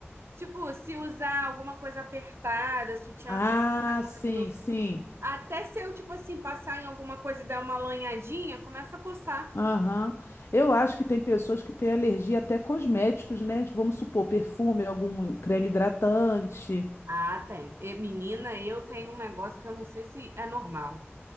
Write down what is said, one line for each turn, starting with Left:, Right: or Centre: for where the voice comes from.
Right: Tipo, se usar alguma coisa apertada, sutiã
Left: Ah,
Right: apertado.
Left: sim, sim.
Right: Até se eu, tipo assim, passar em alguma coisa e dar uma lanhadinha, começa a coçar.
Left: Aham. Eu acho que tem pessoas que têm alergia até a cosméticos, né? De, Vamos supor, perfume, algum creme hidratante.
Right: Ah, tem. E, menina, eu tenho um negócio que eu não sei se é normal.